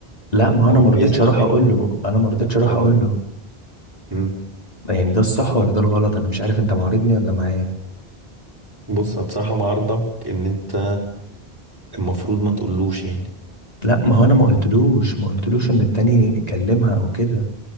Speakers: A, on the left (about 40°); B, on the right (about 20°).
A: لا ما
B: فهو
A: هو انا ما رضيتش
B: هيزعل
A: اروح اقول
B: منه
A: له انا ما رضيتش
B: ده
A: اروح
B: بجد
A: اقول له
B: مم.
A: يعني ده الصح ولا ده الغلط انا مش عارف انت معارضني ولا معايا
B: بص بصراحة مع عرضك ان انت المفروض ما تقولوش يعني
A: لا ما هو انا ما قلتلوش ما قلتلوش ان التاني يكلمها او كده